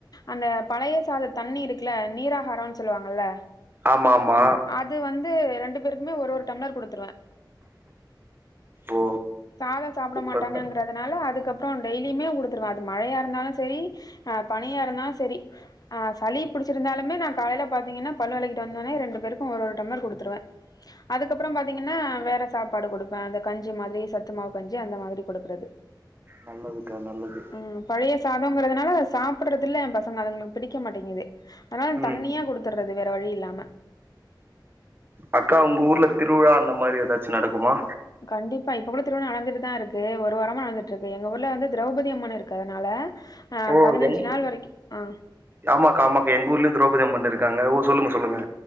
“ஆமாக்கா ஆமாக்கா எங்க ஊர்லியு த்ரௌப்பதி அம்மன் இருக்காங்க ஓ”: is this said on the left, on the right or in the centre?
Right